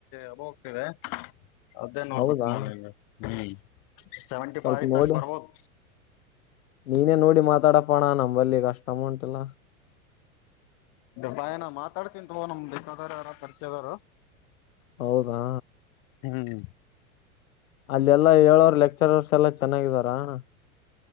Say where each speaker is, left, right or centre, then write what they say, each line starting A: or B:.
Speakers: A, on the left (about 50°); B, on the left (about 75°).
A: ಅಬೋಗ್ತದೆ. ಅದೇ ನೋಡ್ಬೇಕ
B: ಹೌದಾ?
A: ನೋಡಿ ನಿ ಹ್ಮ್ ಸೆವೆಂಟಿ
B: ಸ್ವಲ್ಪ
A: ಫೈ ತಕ್
B: ನೋಡಿ
A: ಬರ್ಬೋದು.
B: ನೀನೇ ನೋಡಿ ಮಾತಾಡಪೋಣ ನಂಬಲ್ಲಿ ಈಗ ಅಷ್ಟ್ ಅಮೌಂಟಿಲ.
A: ಬನ ಮಾತಾಡ್ತನ್ ತಗೋ ನಮ ಬೇಕಾದಾರ ಯಾರ ಪರ್ಚೈದೋರು.
B: ಹೌದಾ
A: ಹ್ಮ್
B: ಅಲ್ಲೆಲ್ಲಾ ಹೇಳೋರ್ ಲೆಕ್ಚರ್ರ್ಸ್ ಎಲ್ಲಾ ಚೆನ್ನಾಗಿದಾರ ಅಣ.